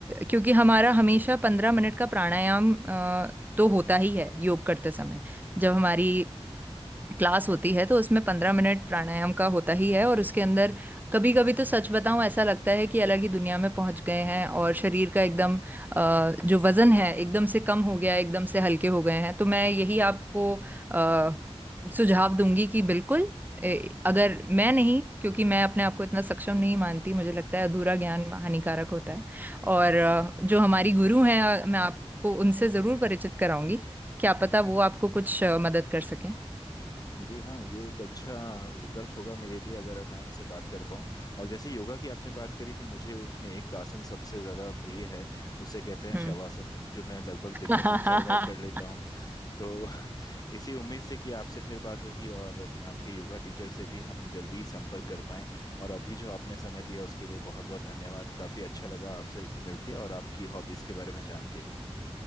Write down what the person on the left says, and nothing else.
जी हाँ ये एक अच्छा विकल्प होगा मेरे लिए अगर मैं उनसे बात कर पाऊँ और जैसे योगा की आपने बात करी तो मुझे उसमें एक आसन सबसे ज़्यादा प्रिय है उसे कहते हैं
शवासन जो मैं लगभग
दिन में तीन चार बार कर लेता हूँ तो <laughs> इसी उम्मीद से कि आपसे फिर बात होगी और आपके योगा टीचर से भी हम जल्दी ही संपर्क कर पाएँ और अभी जो आपने समय दिया उसके लिए बहुत बहुत धन्यवाद काफ़ी अच्छा लगा आपसे मिलके और आपकी हॉबीज़ के बारे में जान के